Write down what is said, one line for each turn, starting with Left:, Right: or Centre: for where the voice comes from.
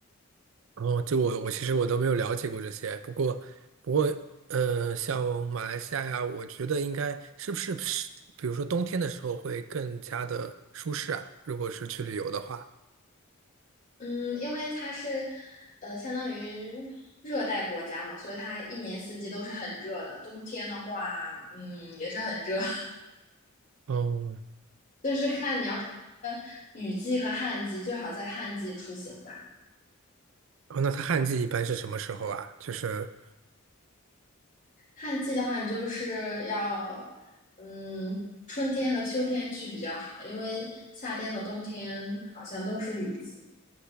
Right: 哦，就我我其实我都没有了解过这些，不过不过，呃，像马来西亚呀，我觉得应该是不是是，比如说冬天的时候会更加的舒适啊，如果是去旅游的话。
Left: 嗯，因为它是，呃，相当于热带国家嘛，所以它一年四季都是很热的。冬天的话，嗯，也是很热，
Right: 哦，
Left: <laughs> 就是看你要看呃雨季和旱季，最好在旱季出行吧。
Right: 哦，那它旱季一般是什么时候啊？就是
Left: 旱季的话，你就是要，嗯，春天和秋天去比较好，因为夏天和冬天好像都是雨季。